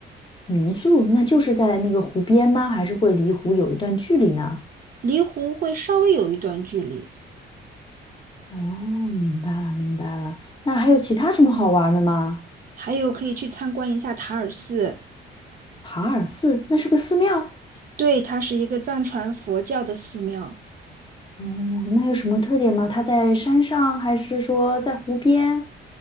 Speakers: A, on the left; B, on the right.
A: 民宿，那就是在那个湖边吗？还是会离湖有一段距离呢？
B: 离湖会稍微有一段距离。
A: 哦，明白了，明白了。那还有其他什么好玩的吗？
B: 还有可以去参观一下塔尔寺，
A: 塔尔寺，那是个寺庙。
B: 对，它是一个藏传佛教的寺庙。
A: 哦，那有什么特点吗？它在山上，还是说在湖边？